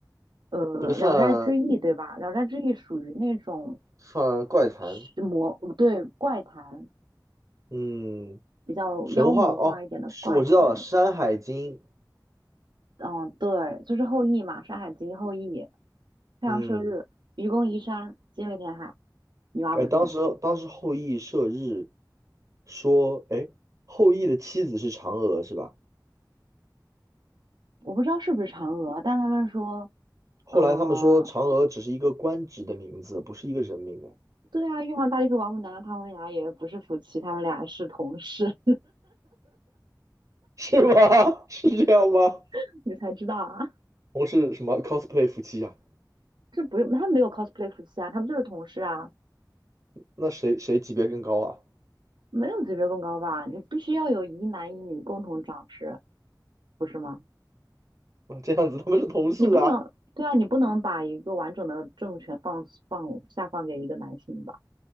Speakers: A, on the right; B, on the right.
A: 呃《聊斋志异》对吧？
B: 这算
A: 《聊斋志异》属于那种
B: 算怪谈。
A: 是魔，对，怪谈，
B: 嗯，
A: 比较妖魔化一点的怪谈。
B: 神话哦，是我知道了，《山海经》。
A: 嗯，对，就是后羿嘛，《山海经》后羿，太阳射日，
B: 嗯，
A: 愚公移山，精卫填海，女娲补天。
B: 哎，当时当时后羿射日，说，哎，后羿的妻子是嫦娥是吧？
A: 我不知道是不是嫦娥，但他们说，
B: 后来他们说嫦娥只是一个官职的名字，
A: 呃，
B: 不是一个人名啊，
A: 对啊，玉皇大帝和王母娘娘他们俩也不是夫妻，他们俩是同事，
B: <laughs> 是吗？<laughs> 是这样吗？
A: <laughs> 你才知道啊。
B: 同是什么 cosplay 夫妻啊？
A: 这不用，他们没有 cosplay 夫妻啊，他们就是同事啊，
B: 那谁谁级别更高啊？
A: 没有级别更高吧？你必须要有一男一女共同掌事，不是吗？
B: <laughs> 啊，这样子他们是同事啊。
A: 你不能，对啊，你不能把一个完整的政权放放下放给一个男性吧？